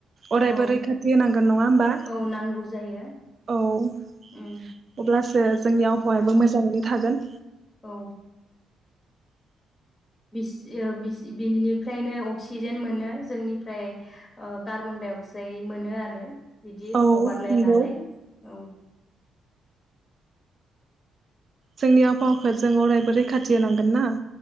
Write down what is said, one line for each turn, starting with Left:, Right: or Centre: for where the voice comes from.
Right: अरायबो
Left: औ
Right: रैखाथि होनांगोन नङा होमबा
Left: औ नांगौ जायो
Right: औ अब्लासो।
Left: उम
Right: देस। जोंनि आबहावायाबो
Left: औ
Right: मोजाङैनो थागोन।
Left: औ बि बिनिफ्रायनो अक्सिजेन मोनो जोंनिफ्राय कार्बन डाइ अक्साइड मोनो आरो। बिदि
Right: औ
Left: हगारलाय
Right: नंगौ
Left: लालाय औ।
Right: जोंनि आबहावाखौ जों अरायबो रैखाथि होनांगोन ना।